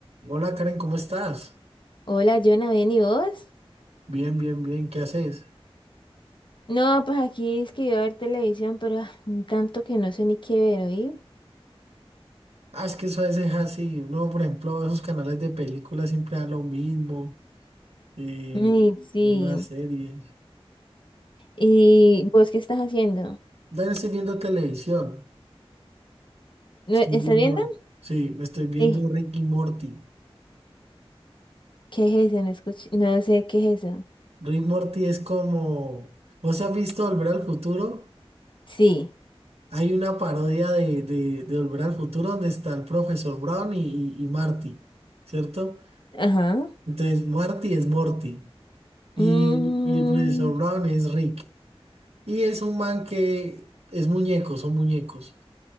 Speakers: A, on the right (about 80°); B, on the left (about 50°).
A: Hola Karen, ¿cómo estás?
B: Hola, Jonah, ¿bien y vos?
A: Bien, bien, bien, ¿qué haces?
B: No, pues aquí es que iba a ver televisión, pero ah, tanto que no sé ni qué ver, ¿oí?
A: Ah, es que eso a veces es así. Uno, por ejemplo, esos canales de películas siempre dan lo mismo, eh,
B: Ay, sí.
A: las más series.
B: ¿Y vos qué estás haciendo?
A: También estoy viendo televisión.
B: ¿No,
A: Estoy
B: estás
A: viendo,
B: viendo?
A: sí, me estoy viendo
B: Sí.
A: Rick y Morty.
B: ¿Qué es eso? No escuché, no sé qué es eso.
A: Rick y Morty es como, ¿vos has visto Volver al Futuro?
B: Sí.
A: Hay una parodia de, de, de Volver al Futuro donde está el profesor Brown y, y, y Marty, ¿cierto?
B: Ajá.
A: Entonces, Marty es Morty. Y,
B: Mm,
A: y el profesor Brown es Rick. Y es un man que es muñeco, son muñecos.